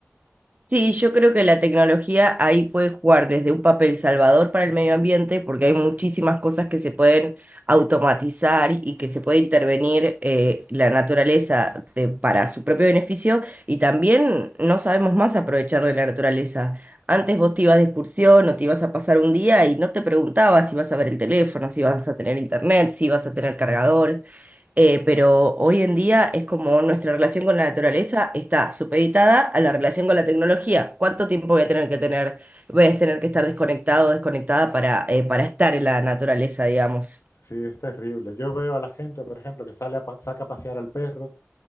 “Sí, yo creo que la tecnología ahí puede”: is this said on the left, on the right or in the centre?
Right